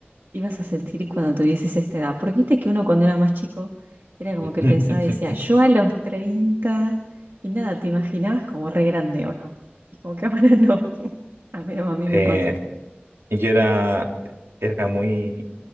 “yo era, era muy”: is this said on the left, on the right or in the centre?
Right